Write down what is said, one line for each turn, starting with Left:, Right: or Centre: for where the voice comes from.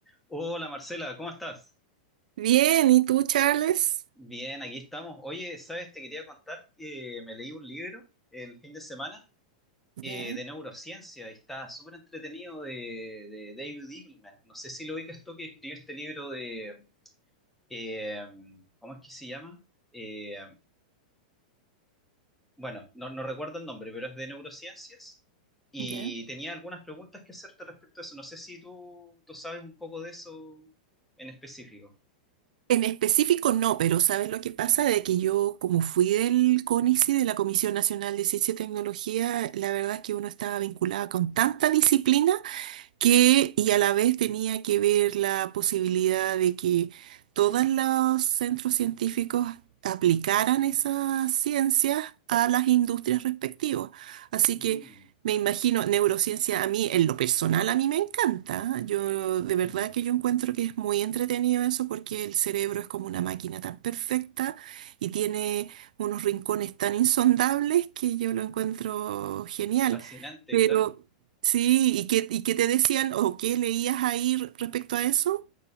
Centre: Hola Marcela, ¿cómo estás?
Right: Bien, ¿y tú, Charles?
Centre: Bien, aquí estamos. Oye, ¿sabes? Te quería contar que me leí un libro el fin de semana eh,
Right: Ya,
Centre: de neurociencia y está súper entretenido de, de David Eagleman. No sé si lo ubicas tú que escribió este libro de... eh, ¿cómo es que se llama? Eh, bueno, no, no recuerdo el nombre, pero es de neurociencias y
Right: ya.
Centre: tenía algunas preguntas que hacerte respecto a eso. No sé si tú, tú sabes un poco de eso en específico.
Right: En específico no, pero ¿sabes lo que pasa? De que yo, como fui del CONICI, de la Comisión Nacional de Ciencia y Tecnología, la verdad es que uno estaba vinculado con tanta disciplina que y a la vez tenía que ver la posibilidad de que todos los centros científicos aplicaran esas ciencias a las industrias respectivas. Así
Centre: Mm,
Right: que me imagino, neurociencia a mí, en lo personal, a mí me encanta. Yo de verdad
Centre: mm.
Right: que yo encuentro que es muy entretenido eso porque el cerebro es como una máquina tan perfecta y tiene unos rincones tan insondables que yo lo encuentro genial.
Centre: Fascinante,
Right: Pero
Centre: claro.
Right: Sí, ¿y qué, y qué te decían o qué leías ahí re- respecto a eso?